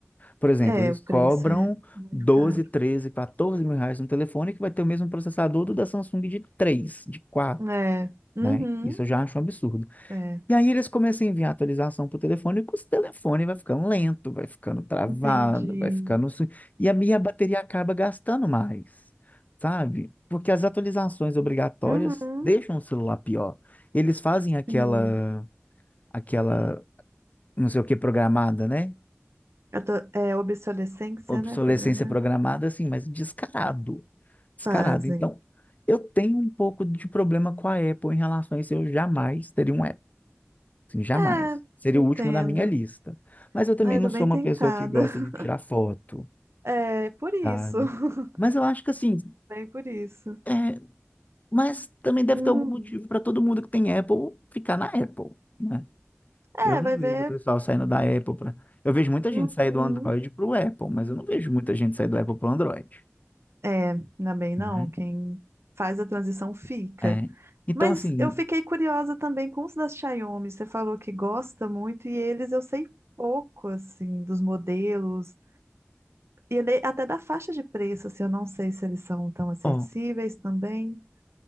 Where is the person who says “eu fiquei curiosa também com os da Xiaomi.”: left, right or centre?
Right